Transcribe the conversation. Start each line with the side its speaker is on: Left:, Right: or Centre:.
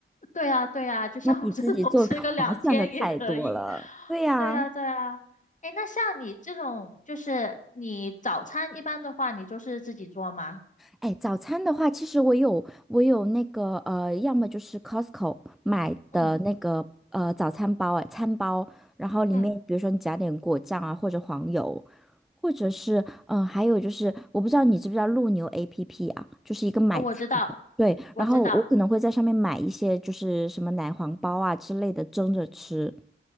Left: 对啊，对啊，就像我这种
Centre: 那比自己做个
Left: <laughs> 吃个两天也可以。
Centre: <laughs> 划算的太多了。对呀、
Left: 对啊，对啊。诶，那像你这种，就是你早餐一般的话，你就是自己做吗？
Centre: 哎，早餐的话，其实我有我有那个呃，要么就是 Costco 买的那个呃早餐包，
Left: 嗯
Centre: 哎，餐包，然后里面比如说你加点果酱啊，
Left: 嗯，
Centre: 或者黄油，或者是嗯、呃还有就是我不知道你知不知道陆牛 APP 啊，就是一个买菜
Left: 哦我知道，
Centre: 对，
Left: 我知道。
Centre: 然后我可能会在上面买一些就是什么奶黄包啊之类的蒸着吃，